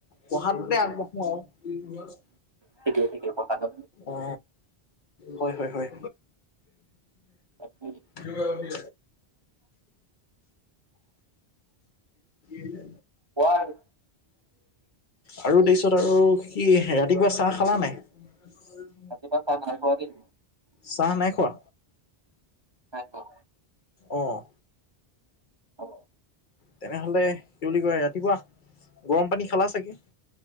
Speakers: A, on the left; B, on the right.
A: পঢ়াতে আগবঢ়া আৰু
B: ঠিকেই ঠিকেই কথাটো
A: অ হয় হয় হয়
B: তাকে
A: যোগ হয় উম
B: কোৱা আৰু
A: আৰু তাৰ পিছত আৰু কি ৰাতিপুৱা চাহ খালা নে নাই অ
B: ৰাতি পুৱা চাহ নাই খোৱা দে
A: চাহ নাই খোৱা
B: হয়
A: অঁ
B: অ
A: তেনেহলে কি বুলি কয় ৰাতিপুৱা গৰম পানী খালা চাগে